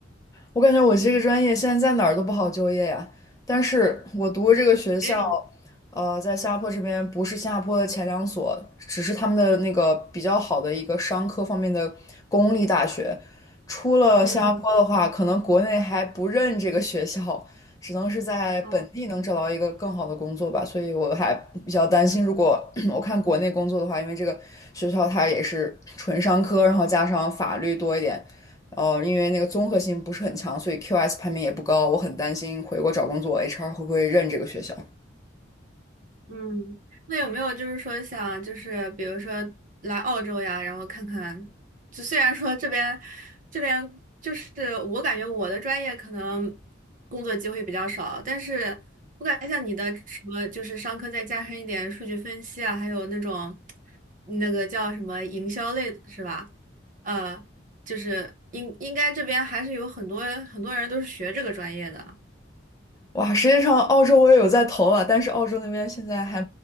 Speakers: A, on the left; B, on the right.
A: 我感觉我这个专业现在在哪儿都不好就业呀，但是我读的这个学校，
B: 没有，
A: 呃，在新加坡这边不是新加坡的前两所，只是他们的那个比较好的一个商科方面的公立大学。出了新加坡的话，
B: 嗯，
A: 可能国内还不认这个学校，只能是在本地能找到一个更好的工作吧。
B: 哦
A: 所以我还比较担心，如果 <clears throat> 我看国内工作的话，因为这个学校它也是纯商科，然后加上法律多一点。哦，因为那个综合性不是很强，所以 QS 排名也不高。我很担心回国找工作，HR 会不会认这个学校？
B: 嗯，那有没有就是说想就是比如说来澳洲呀，然后看看，就虽然说这边这边就是我感觉我的专业可能工作机会比较少，但是我感觉像你的什么就是商科再加深一点数据分析啊，还有那种那个叫什么营销类的是吧？呃，就是应应该这边还是有很多很多人都是学这个专业的。
A: 哇，实际上澳洲我也有在投了，但是澳洲那边现在还